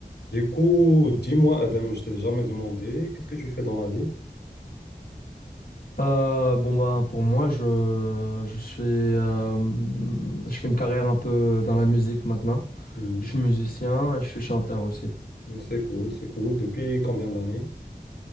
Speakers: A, on the left; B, on the left.
A: Du coup, dis-moi, Adam, je t'ai jamais demandé, qu'est-ce que tu fais dans la vie?
B: Euh, bon bah pour moi je je suis euh, je fais une carrière un peu dans la musique maintenant.
A: Mhm.
B: Je suis musicien et je suis chanteur aussi.
A: C'est cool, c'est cool. Depuis combien d'années?